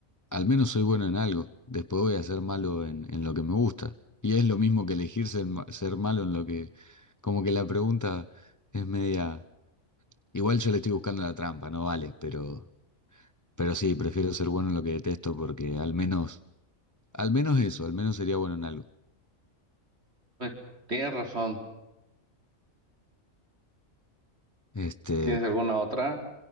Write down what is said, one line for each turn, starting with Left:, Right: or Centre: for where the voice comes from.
Left: Al menos soy bueno en algo. Después voy a ser malo en, en lo que me gusta. Y es lo mismo que elegir ser, ma- ser malo en lo que... Como que la pregunta es media... Igual yo le estoy buscando la trampa, no vale, pero, pero sí, prefiero ser bueno en lo que detesto porque al menos, al menos eso, al menos sería bueno en algo.
Right: pues tienes razón.
Left: Este,
Right: ¿Tienes alguna otra?